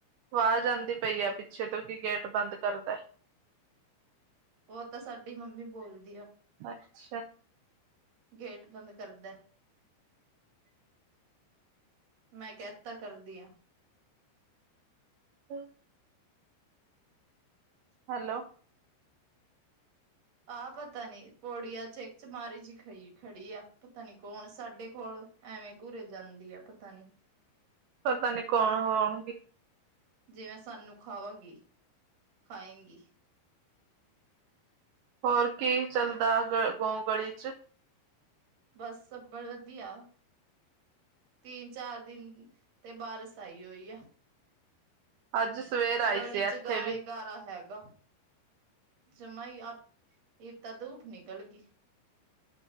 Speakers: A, on the right; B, on the right.
A: ਆਵਾਜ਼ ਆਉਂਦੀ ਪਈ ਆ ਪਿੱਛੇ ਤੋਂ ਕੀ ਗੈਟ ਬੰਦ ਕਰਦਾ।
B: ਉਹ ਤਾਂ ਸਾਡੀ ਮੰਮੀ ਬੋਲਦੀ ਆ।
A: ਅੱਛਾ।
B: ਗੇਟ ਬੰਦ ਕਰਦਾ। ਮੈਂ ਕਹਿਤਾ ਕਰਦੀ ਹਾਂ।
A: <inaudible> ਹੈਲੋ
B: ਆ ਪਤਾ ਨੀ ਪੌੜੀਆਂ ਚ ਚਮਾਰੀ ਜਿ ਖ ਖੜੀ ਆ, ਪਤਾ ਨੀ ਕੌਣ ਸਾਡੇ ਕੋਲ ਐਵੇਂ ਘੁਰਰੇ ਜਾਂਦੀ ਆ ਪਤਾ ਨੀ।
A: ਪਤਾ ਨੀ ਕੌਣ ਹੋਣਗੀ।
B: ਜਿਵੇਂ ਸਾਨੂੰ ਖਾਵਾਂਗੀ ਖਾਏਗੀ।
A: ਹੋਰ ਕੀ ਚੱਲਦਾ ਗ ਗੋ ਗਲੀ ਚ?
B: ਬਸ ਸਭ ਬੜ ਵਧੀਆ। ਤਿੰਨ-ਚਾਰ ਦਿਨ ਤੇ ਬਾਰਸ ਆਈ ਹੋਈ ਆ।
A: ਅੱਜ ਸਵੇਰ ਆਈ
B: ਗਲੀ
A: ਸੀ ਇੱਥੇ
B: ਚ ਗਾਰਾ
A: ਵੀ
B: ਹੀ ਗਾਰਾ ਹੈਗਾ। ਜਮਾਈ ਅ ਬ ਈਤਾਂ ਧੂਪ ਨਿਕਲ ਗਈ।